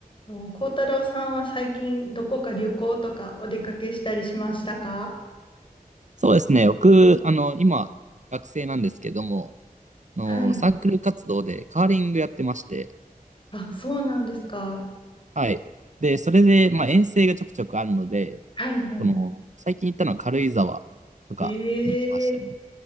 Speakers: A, on the left; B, on the right.
A: と、幸太郎さんは最近どこか旅行とかお出かけしたりしましたか
B: そうですね。僕、あの、今、学生なんですけども、あの、
A: はい。
B: サークル活動でカーリングやってまして、
A: あ、そうなんですか。
B: はい。で、それで、まあ、遠征がちょくちょくあるので、
A: はいはい。
B: この、最近行ったのは軽井沢とかに行きましたね。
A: ええ